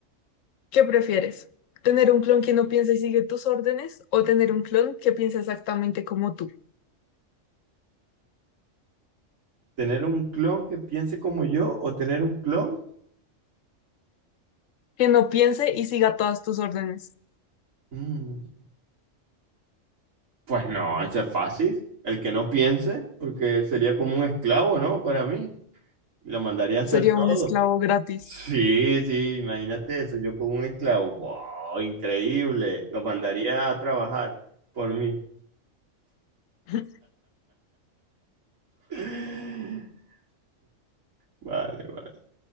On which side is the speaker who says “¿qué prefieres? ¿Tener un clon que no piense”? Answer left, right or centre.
Left